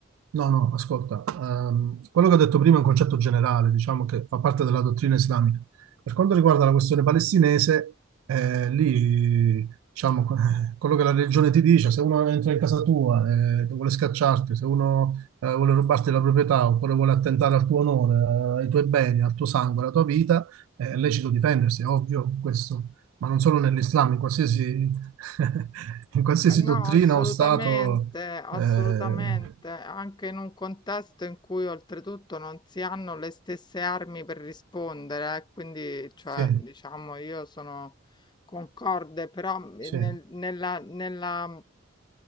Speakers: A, on the right (about 90°); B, on the left (about 20°).
A: No, no, ascolta, ehm, quello che ho detto prima è un concetto generale, diciamo che fa parte della dottrina islamica. Per quanto riguarda la questione palestinese, eh, lì, diciamo, <laughs> quello che la religione ti dice, se uno entra in casa tua e vuole scacciarti, se uno eh, vuole rubarti la proprietà oppure vuole attentare al tuo onore, eh, ai tuoi beni, al tuo sangue, alla tua vita, è lecito difendersi, è ovvio questo, ma non solo nell'Islam, in qualsiasi, <laughs> in qualsiasi
B: Eh, No,
A: dottrina
B: assolutamente,
A: o stato.
B: assolutamente,
A: eh,
B: anche in un contesto in cui oltretutto non si hanno le stesse armi per rispondere, eh, Quindi, cioè,
A: Sì,
B: diciamo, io sono concorde però mm,
A: sì,
B: nel- nella, nella mm,